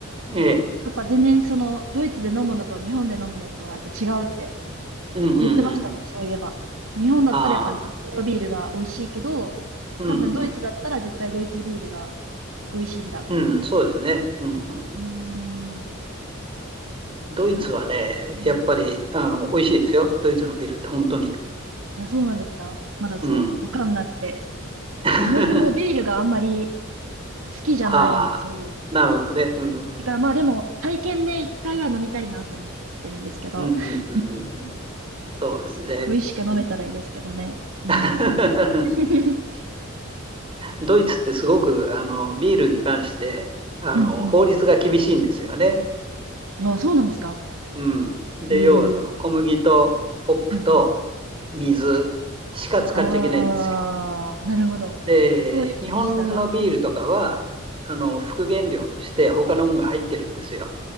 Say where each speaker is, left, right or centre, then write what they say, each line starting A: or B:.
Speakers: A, on the right (about 25°); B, on the right (about 85°).
A: ええ、
B: やっぱ全然そのドイツで飲むのと日本で飲むのとはやっぱ違うって
A: うんうんうん。
B: 言ってましたね、そういえば。日本だったらやっぱり札幌ビールが美味しいけど、
A: ああ、うんうん。
B: 多分ドイツだったら絶対ドイツビールが美味しいんだって言って言ってたのね。
A: うん、そうですね。うんうん。
B: うーん。
A: ドイツはね、
B: そうか。うん。
A: やっぱり、
B: あ、
A: あの、美味しいですよ。ドイツのビールって本当に。
B: そうなんですかまだそう、
A: うん。
B: わかんなくて。
A: <laughs>
B: そもそもビールがあんまり好きじゃないんですよ。
A: ああ、なるほどね。うん。
B: だからまあでも、
A: うん
B: 体験で一回は飲みたいなと思ってるんですけど、
A: うんうんうんうん。
B: <laughs>
A: そうですね。
B: 美味しく飲めたらいいですけどね。
A: うん、
B: うん。
A: <laughs>
B: <laughs>
A: ドイツってすごくあのビールに関してあの法律が厳しいんですよね。
B: うんうん。あ、そうなんですか
A: うん、で要はその小麦とホップと
B: ええうんうん。
A: 水しか使っちゃいけないんですよ。
B: ああ、なるほど。
A: で、
B: そういう厳しさが。
A: 日本のビールとかは、あの副原料として他のものが入ってるんですよ。